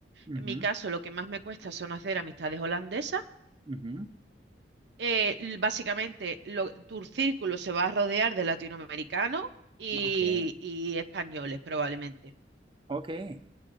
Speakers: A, on the right (about 30°); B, on the right (about 70°).
A: Ujú,
B: En mi caso, lo que más me cuesta son hacer amistades holandesas.
A: ujú.
B: Eh, l- básicamente, lo- tu círculo se va a rodear de latinoamericanos y
A: Okey,
B: y españoles, probablemente.
A: okey.